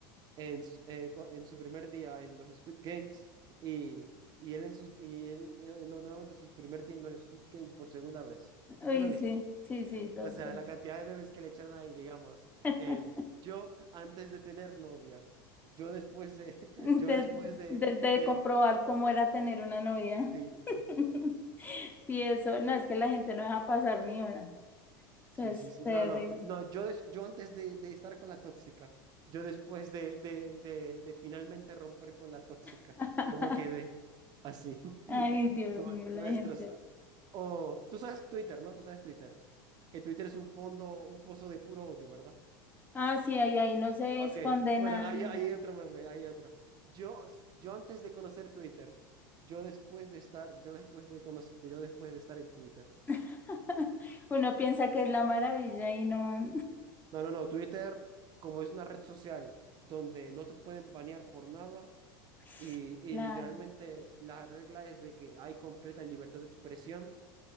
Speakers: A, on the right; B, on the left.
A: en, s- eh, cua- en su primer día en los Squid Games y, y él en sus y él eh, no, nuevamente sus primer día en los Squid Games por segunda vez.
B: Uy,
A: ¿Te lo viste?
B: sí, sí, sí, los
A: O sea,
B: vi.
A: la cantidad de bebés que le echaron ahí, digamos.
B: <laughs>
A: Eh, yo antes de tener novia, yo después de,
B: <laughs> de,
A: <laughs> yo después de,
B: de, de
A: de,
B: comprobar cómo era tener una novia.
A: sí,
B: <laughs> Sí, eso, no, es que la gente no deja pasar ni una. Eso
A: Sí,
B: es
A: sí, sí.
B: terrible.
A: No, no, no. Yo, des- yo antes de, de estar con la tóxica, yo después de, de, de, de finalmente romper con la tóxica,
B: <laughs>
A: ¿cómo quedé? Así. <laughs>
B: Ay, Dios
A: No,
B: mío, la
A: no destrozado.
B: gente.
A: O, tú sabes Twitter, ¿no? Tú sabes Twitter. Que Twitter es un fondo, un foso de puro odio, ¿verdad?
B: Ah, sí, ahí, ahí no se
A: Ok,
B: esconde
A: bueno,
B: nada
A: ahí,
B: ni
A: ahí
B: nada.
A: hay otro meme, ahí hay otro. Yo, yo antes de conocer Twitter, yo después de estar, yo después de conocer, yo después de estar en Twitter.
B: <laughs> Uno piensa que es la maravilla y no.
A: No, no, no. Twitter, como es una red social donde no te pueden banear por nada
B: <laughs>
A: y,
B: Claro,
A: y literalmente la regla es de que hay completa libertad de expresión,